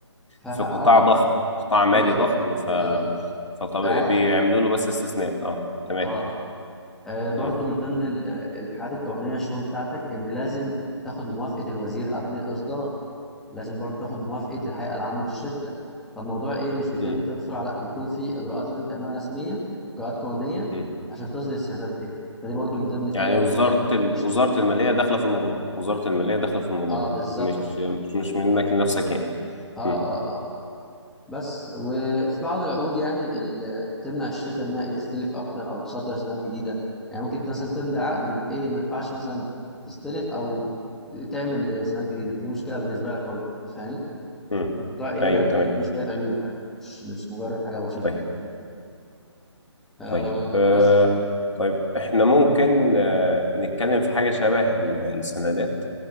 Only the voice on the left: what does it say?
في قطاع
ضخم قطاع مالي
ضخم ف
فطب
بيعملوا له بس استثناء اه تمام
مم.
مم.
مم.
يعني
وزارة
ال...
وزارة المالية داخلة في الموضوع وزارة المالية داخلة في الموضوع
مش
مش مش منك لنفسك يعني
مم.
مم.
ايوه
تمام
طيب
طيب آه...
طيب احنا ممكن آه... نتكلم في حاجة شبه ال- السندات